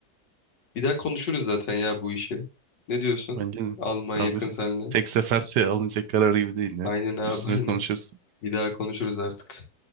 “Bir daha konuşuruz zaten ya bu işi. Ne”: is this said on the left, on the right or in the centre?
Left